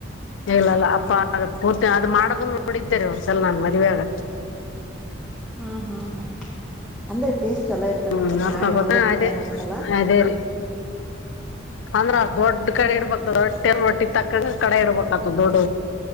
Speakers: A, on the left (about 70°); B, in the centre.
A: ಇಲ್ಲಲ್ಲ ಅಪ್ಪ ಅದ ಪೂರ್ತಿ ಅದು ಮಾಡೋದ ನೋಡಿದ್ದರಿ ಅವ್ರಸಲ ನಾನು ಮದ್ುವೆಾಗ
B: ಹಾಂ ಹಾಂ ಹಾಂ ಅಂದ್ರೆ ಟೇಸ್ಟ್ ಚಲ ಇರ್ತದ
A: ಹ್ಮ್
B: ನೋಡ್ರಿ
A: ಅದ್ಕ
B: ಮಾಡ್ ನೋಡ್ಬಕ್
A: ಗೊತ್ತ ಅದೇ
B: ಮನ್ಯಗ್ ಒಂದ್ಸಲ
A: ಅದೇ ರೀ ಅಂದ್ರ ದೊಡ್ಡ ಕಡೆ ಇಡ್ಬೇಕದ ರಟ್ಟಿಯಲ್ ರೊಟ್ಟಿಗೆ ತಕ್ಕಂಗ ಕಡೆ ಇಡ್ಬತದ ದೊಡ್ಡ